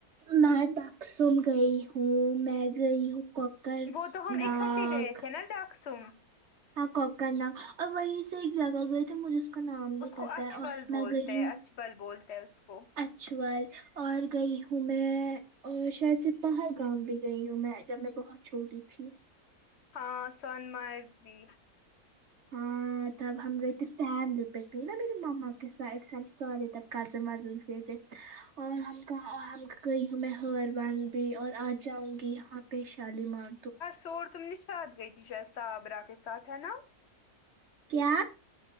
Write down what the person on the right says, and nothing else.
میں ڈاکسن گئی ہوں میں گئی ہوں طرناگ
ہاں کوکر نگ اور وہیں سے ایک جگہ گئے تھے مجھے کا نام نہیں
پتا
ہے اور
میں گ ہوں
اچل اور گئی ہوں میں اور شہر سپاہر گام بھی گئی ہوں میں جب میں بہت چھوٹی تھی
ہوں تب ہم گئے تھے فیملی پکنک پے میری مما کے سائڈ سے ہم سارے تب کزن وزنس گئے تھے اور ہم کہاں گئی ہوں میں ہاروں بھی اور آ جاؤں گی یہاں پہ پی شالی مار
کیا